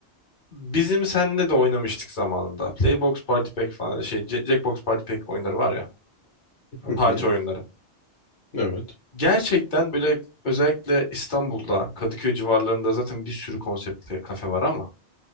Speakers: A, on the left; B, on the left.
A: bizim seninle de oynamıştık zamanında. Playbox Party Pack falan şey Jackbox Party Pack oyunları var ya.
B: Hı
A: Parti
B: hı.
A: oyunları.
B: Evet.
A: Gerçekten böyle özellikle İstanbul'da, Kadıköy civarlarında zaten bir sürü konseptli kafe var ama